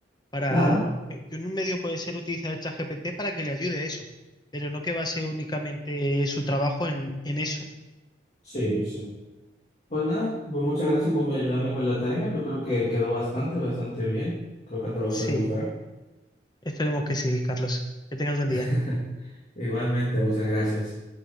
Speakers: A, on the left; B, on the left.
A: para
B: claro.
A: que que un medio puede ser utilizar el ChatGPT para que le ayude a eso, pero no que base únicamente su trabajo en, en eso.
B: Sí, sí. Pues nada, pues muchas gracias por ayudarme con la tarea. Yo creo que quedó bastante, bastante bien. Creo que al profesor
A: Sí,
B: le gustará.
A: esperemos que sí, Carlos. Que tengas buen
B: <laughs>
A: día.
B: Igualmente, muchas gracias.